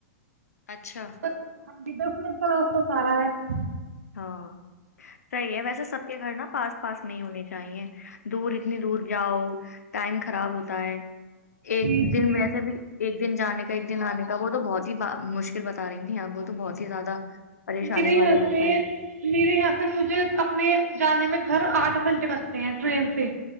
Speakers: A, on the left; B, on the right.
A: اچھا
B: ہاں جی دس میںو س تو سارا ہے
A: ہاں صحیح ہے ویسے سب کے گھر نا پاس پاس نہیں ہونی چاہیے دور اتنی دور جاؤ ٹائم خراب ہوتا ہے ایک
B: جی
A: دن
B: جی
A: ویسے بھی ایک دن جان کا ایک دن آنے کا وہ تو بہت ہی مشکل بتا رہی تھھی آپ وہ تو بہت ہی زیادہ پریشانی
B: میرے
A: والا
B: یہاں
A: رہتا
B: میرے
A: ہے
B: یہاں سے مجھے اپنے جانے میں گھر آٹھ گھنٹے لگتے سے ہیں ٹرین سے